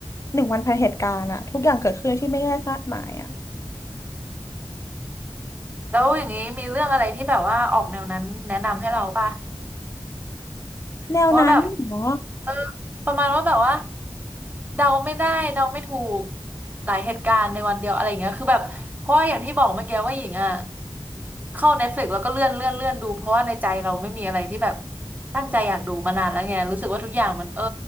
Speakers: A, on the left (about 30°); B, on the right (about 15°).
A: หนึ่งวันภายเหตุการณ์อะทุกอย่างเกิดขึ้นที่ไม่ได้คาดหมายอะ
B: แล้วอย่างนี้มีเรื่องอะไรที่แบบว่าออกแนวนั้นแนะนำให้เราป่ะ
A: แนวนั้นเหรอ
B: เพราะว่าแบบเออประมาณว่าแบบว่าเดาไม่ได้เดาไม่ถูกหลายเหตุการณ์ในวันเดียวอะไรอย่างเงี้ยคือแบบเพราะว่าอย่างที่บอกเมื่อกี้ว่าหญิงอ่ะเข้า Netflix แล้วก็เลื่อนเลื่อนเลื่อนดูเพราะว่าในใจเราไม่มีอะไรที่แบบตั้งใจอยากดูมานานแล้วไงรู้สึกว่าทุกอย่างมันเออ